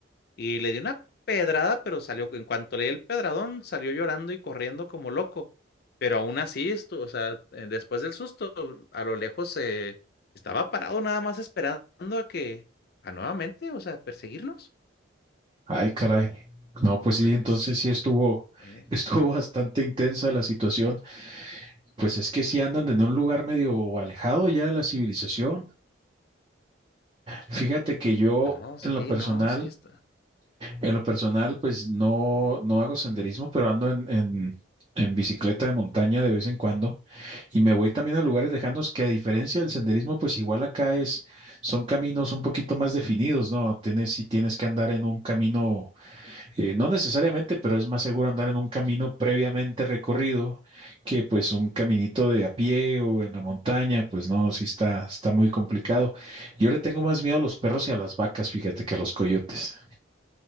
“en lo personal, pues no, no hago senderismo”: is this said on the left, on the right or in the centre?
Right